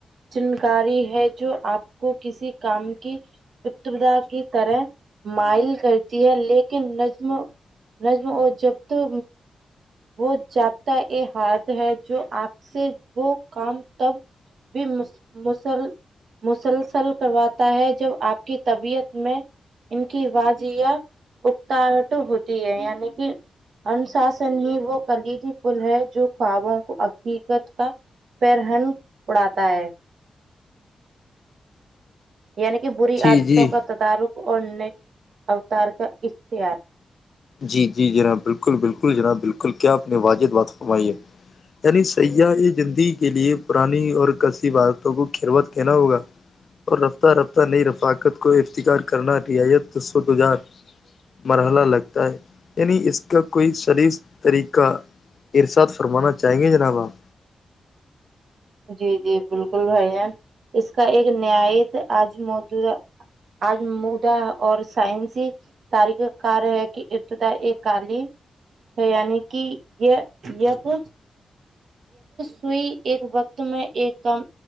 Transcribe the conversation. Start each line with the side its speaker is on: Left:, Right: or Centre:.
Right: جنکاری ہے جو آپ کو کسی کام کی ابتدا کی طرح مائل کرتی ہے لیکن نظم نجم اور جب تو وہ جاابطہ یہ ہد ہے جو آپ سے وہ کام تب بھی مس مسل مسلسل کرواتا ہے جب آپ کی طبیعت میں ان کی وج یا اکتاٹ ہوتی ہے یعنی کہ انشاسن ہی وہ کلیدی پل ہے جو خوابوں کو حقیقت کا پیر ہن اڑاتا ہے یعنی کہ بری
Left: جی
Right: عادتوں
Left: جی
Right: کا تدارک اور نیک اوتار کا اختیار
Left: جی جی جناب بالکل بالکل جناب بالکل کیا آپ نے واجد بات فرمائی ہے یعنی سیاح زندگی کے لیے پرانی اور کثب بارتوں کو کھروت کہنا ہوگا اور رفتہ رفتہ نئی رفاقت کو افتکار کرنا رعایت تستجار مرحلہ لگتا ہے یعنی اس کا کوئی شریس طریقہ سادد فرمانا چاہیں گے جناب آپ
Right: جی جی بالکل ہے جان اس کا ایک نیات آج موجودہ آج مدا اور سائنسی ہی ساریخ کار ہے کہ ات یہ کالی یع کہ یہ تو سوئی ایک وقت میں ایک کام